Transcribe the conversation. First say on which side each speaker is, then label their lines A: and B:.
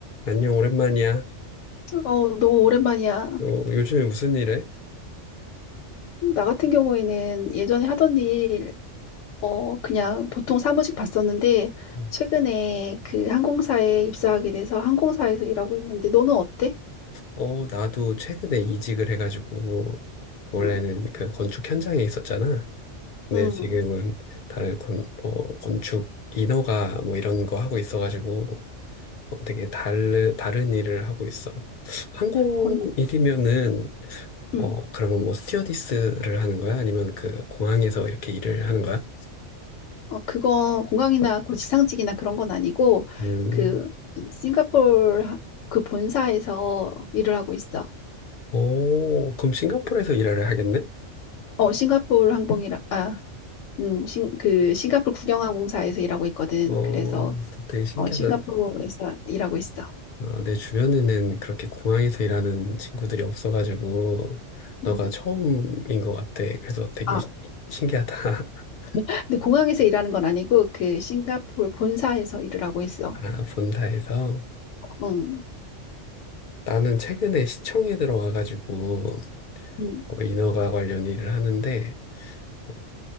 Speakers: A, on the left (about 55°); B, on the left (about 80°).
A: 안녕, 오랜만이야.
B: 어, 너무 오랜만이야.
A: 어, 요즘에 무슨 일 해?
B: 나 같은 경우에는 예전에 하던 일, 어, 그냥 보통 사무직 봤었는데,
A: 음.
B: 최근에 그 항공사에 입사하게 돼서 항공사에서 일하고 있는데, 너는 어때?
A: 오. 어, 나도 최근에 이직을 해가지고, 원래는
B: 응,
A: 그 건축 현장에 있었잖아. 근데
B: 응,
A: 지금은 다른 건, 뭐, 건축 인허가 뭐 이런 거 하고 있어가지고, 어, 되게 다른, 다른 일을 하고 있어. 항공
B: 건,
A: 일이면은,
B: 응.
A: 어, 그러면 뭐 스튜어디스를 하는 거야? 아니면 그 공항에서 이렇게 일을 하는 거야?
B: 어, 그거 공항이나 그 지상직이나 그런 건 아니고,
A: 음,
B: 그, 싱가포르 하- 그 본사에서 일을 하고 있어.
A: 오, 그럼 싱가포르에서 일을 하겠네?
B: 어, 싱가포르 항공이라, 아, 음, 싱, 그 싱가포르 국영항공사에서 일하고 있거든.
A: 어,
B: 그래서
A: 되게 신기하다.
B: 어, 싱가포르에서 일하고 있어.
A: 어, 내 주변에는 그렇게 공항에서 일하는 친구들이 없어가지고, 너가
B: 음.
A: 처음인 것 같아. 그래서 되게
B: 아,
A: 시- 신기하다. <laughs>
B: 근데 공항에서 일하는 건 아니고 그 싱가포르 본사에서 일을 하고 있어.
A: 아, 본사에서.
B: 응.
A: 나는 최근에 시청에 들어와가지고,
B: 음.
A: 어, 인허가 관련 일을 하는데, 어,